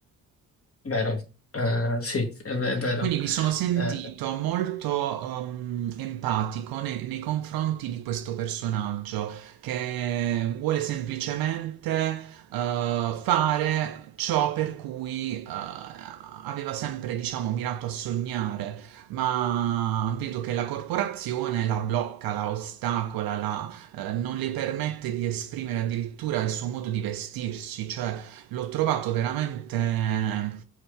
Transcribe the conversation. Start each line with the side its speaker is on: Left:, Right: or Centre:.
Left: vero, Eh, sì, è, è vero.
Right: Quindi mi sono sentito
Left: Eh,
Right: molto ehm, empatico nei, nei confronti di questo personaggio che vuole semplicemente eh, fare ciò per cui eh, aveva sempre, diciamo, mirato a sognare, ma vedo che la corporazione la blocca, la ostacola, la eh, non le permette di esprimere addirittura il suo modo di vestirsi, cioè l'ho trovato veramente eh,